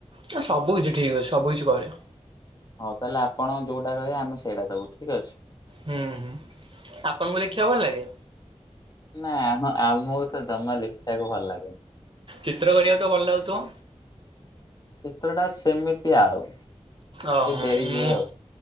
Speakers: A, on the right; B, on the left.
A: ନା ସବୁ କିଛି ଠିକ୍ ଅଛି ସବୁ କିଛି କରେ।
B: ହୋଉ ତାହେଲେ ଆପଣ ଯୋଉଟା କହିବେ ଆମେ ସେଇଟା ଦବୁ ଠିକ ଅଛି।
A: ହୁଁ ହୁଁ ଆପଣଙ୍କୁ ଲେଖିବା ଭଲ ଲାଗେ?
B: ନାଇଁ ଆ ଆମକୁ ତ ଜମା ଲେଖିବାକୁ ଭଲ ଲାଗେନି।
A: ଚିତ୍ର କରିବାକୁ ତ ଭଲ ଲାଗୁଥିବ?
B: ଚିତ୍ର ଟା ସେମିତି ଆଉ।
A: ଓହୋ
B: ଟିକେ ଡେରି
A: ମୁଁ
B: ହୁଏ ଆଉ।